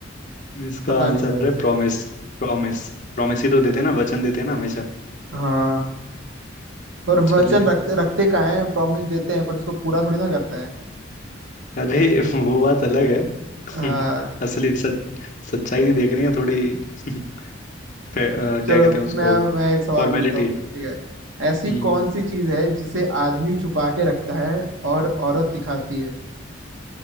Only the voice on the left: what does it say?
इसका
आंसर
है प्रॉमिस प्रॉमिस प्रॉमिस ही तो देते हैं ना वचन देते हैं ना हमेशा
चलिए
अरे वो बात अलग है <laughs>
असली सच सच्चाई नहीं देख रही है थोड़ी <laughs> फे- अ,
क्या कहते हैं उसको
फॉर्मेलिटी
हम्म